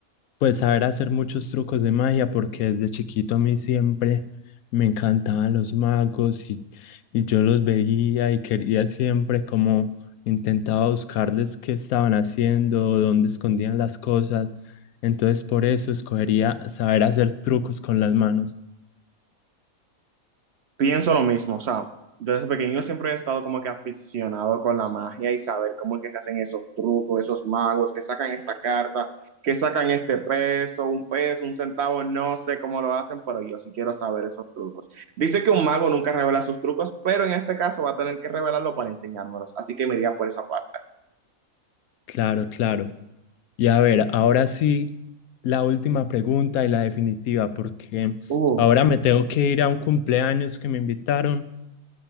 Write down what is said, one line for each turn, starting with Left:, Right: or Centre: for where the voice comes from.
Left: Pues saber hacer muchos trucos de magia, porque desde chiquito a mí siempre me encantaban los magos y, y yo los veía y quería siempre como intentaba buscarles qué estaban haciendo, dónde escondían las cosas. Entonces por eso escogería saber hacer trucos con las manos.
Right: Pienso lo mismo, o sea, desde pequeño siempre he estado como que aficionado con la magia y saber cómo es que se hacen esos trucos, esos magos, que sacan esta carta, que sacan este peso, un peso, un centavo, no sé cómo lo hacen, pero yo sí quiero saber esos trucos. Dice que un mago nunca revela sus trucos, pero en este caso va a tener que revelarlo para enseñármelos, así que me iría por esa parte.
Left: Claro, claro. Y a ver, ahora sí, la última pregunta y la definitiva, porque
Right: Uh,
Left: ahora me tengo que ir a un cumpleaños que me invitaron.